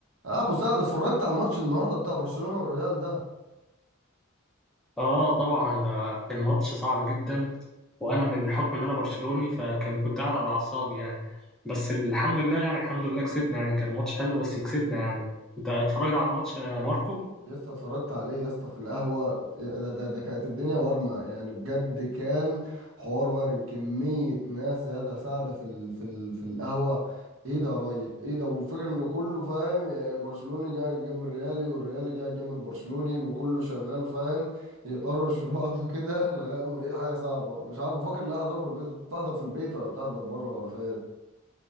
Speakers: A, on the right; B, in the centre.
A: اه مساعد اتفرجت على الماتش النهارده بتاع برشلونة والريال ده
B: اه طبعا ده كان ماتش صعب جدا وانا من حكم ان انا برشلوني فكان كنت قاعد على اعصابي يعني بس الحمد لله يعني الحمد لله كسبنا يعني كان ماتش حلو بس كسبنا يعني انت اتفرجت على الماتش يا ماركو
A: يا اسطى اتفرجت عليه يا اسطى في القهوة إيه، ده, ده, ده كانت الدنيا وارمة يعني بجد كان حوار وارم كمية ناس يا ده سعد في ال في ال في القهوة ايه ده يا راجل ايه ده والفكرة ان كله فاهم يعني برشلوني جاي جنب الريالي والريالي جاي جنب البرشلوني وكله شغال فاهم يطرش في بعضه كده <laughs> لغاية ما لقيت حاجة صعبة مش عارف بفكر لا هحضره في البيت بتحضر في البيت ولا بتحضر بره ولا فين